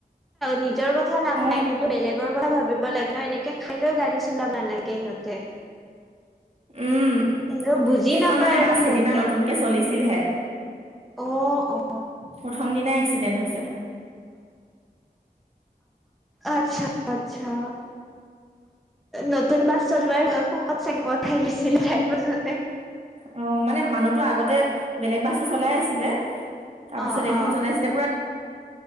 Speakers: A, in the centre; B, on the right.
A: নিজৰ কথা নাভানাই
B: অ
A: কিন্তু বেলেগৰ কথা ভাবিব লাগে ন এনেকে খাই লৈ গাড়ী লাব নালাগে সিহঁতে
B: উম
A: কিন্তু বুজি
B: সেইখন
A: নাপায়
B: মানে বাছ
A: আৰু সিহঁতে
B: সেইদিনা নতুনকে চলিছিলহে
A: অ' অ'
B: প্ৰথম দিনাই এক্সিডেণ্ট হৈছে
A: আচ্ছা আচ্ছা নতুন বাছ চলোৱাৰ সুখত চাগি উঠাই দিছিল ড্ৰাইভৰজনে
B: অ মানে মানুহতো আগতে বেলেগ বাছো চলাই আছিলে তাৰপিছত
A: অ'
B: এইখন
A: অ'
B: চলাইছিলে